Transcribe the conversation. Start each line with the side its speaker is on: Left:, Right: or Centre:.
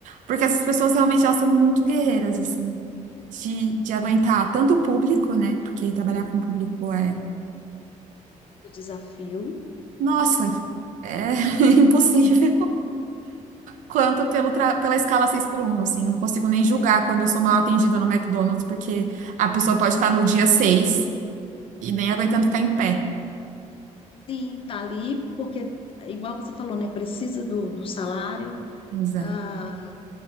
Right: Porque essas pessoas realmente elas são muito guerreiras, assim, de, de aguentar tanto o público, né? Porque trabalhar com o público é,
Left: Do desafio.
Right: nossa, é <laughs> impossível. quanto pelo tra- pela escala 6 por um assim. Eu não consigo nem julgar quando eu sou mal atendida no McDonald's, porque a pessoa pode estar no dia 6 e nem aguentando ficar em pé.
Left: Sim, tá ali, porque, igual você falou, né? Precisa do, do salário,
Right: Exato.
Left: ah,